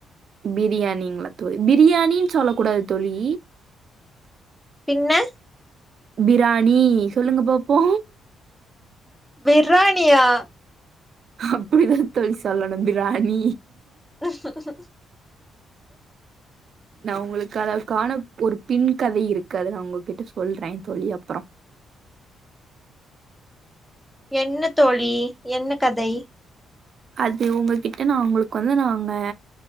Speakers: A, on the right (about 55°); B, in the centre.
A: பிரியாணிங்ளா தோழி பிரியாணின்னு சொல்ல கூடாது தோழி
B: பின்ன
A: பிராணி சொல்லுங்க பாப்போ
B: பிர்ராணியா
A: அப்டிதான தோழி சொல்லணு பிராணி
B: <unintelligible>
A: நா உங்களுக்கு அதற்கான ஒரு பின் கதை இருக்கு அது நா உங்ககிட்ட சொல்றே தோழி அப்புறோ
B: என்ன தோழி என்ன கதை
A: அது உங்கள்கிட்ட நா உங்களுக்கு வந்து நாங்க